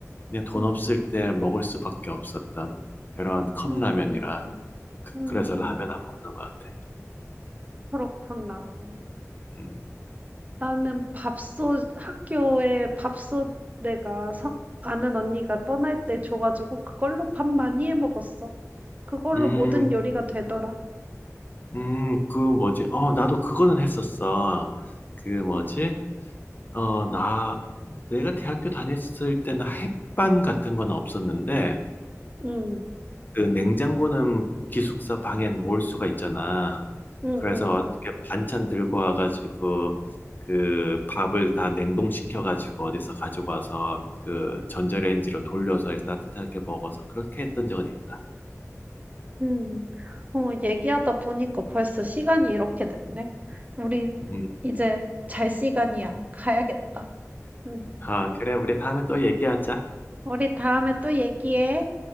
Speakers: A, on the left; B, on the right.
A: 그냥 돈
B: 음,
A: 없을 때 먹을 수밖에 없었던 그런 컵라면이라
B: 음,
A: 그-
B: 음,
A: 그래서 라면 안 먹는 것 같아.
B: 그렇구나.
A: 음.
B: 나는 밥솥 학교에 밥솥 내가 서, 아는 언니가 떠날 때 줘가지고 그걸로 밥 많이 해 먹었어. 그걸로
A: 음,
B: 모든 요리가 되더라.
A: 음, 그 뭐지? 어, 나도 그거는 했었어. 그 뭐지? 어, 나, 내가 대학교 다녔을 때는 햇반 같은 건 없었는데,
B: 응,
A: 그 냉장고는 기숙사 방에 놓을 수가 있잖아.
B: 응,
A: 그래서
B: 응,
A: 어떻게 반찬 들고 와가지고, 그 밥을 다 냉동시켜가지고 어디서 가지고 와서 그 전자레인지로 돌려서 따뜻하게 먹어서 그렇게 했던 적은 있다.
B: 응. 어, 얘기하다 보니까 벌써 시간이 이렇게 됐네. 우리
A: 음,
B: 이제 잘 시간이야. 가야겠다. 응.
A: 아, 그래. 우리 다음에 또 얘기하자.
B: 우리 다음에 또 얘기해.